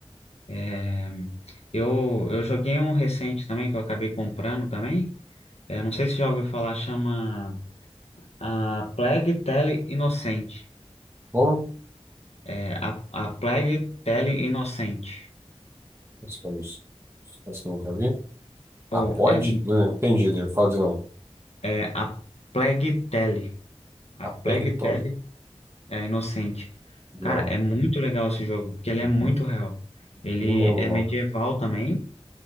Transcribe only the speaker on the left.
É, eu, eu joguei um recente também que eu acabei comprando também. É, não sei se já ouviu falar, chama a Plague Tale Inocente.
É, a, a Plague Tale Inocente.
Ou
é,
é a Plague Tale. A
Plague
Tale é Inocente. Cara,
é muito legal esse jogo, porque ele é muito real. Ele
é
medieval também.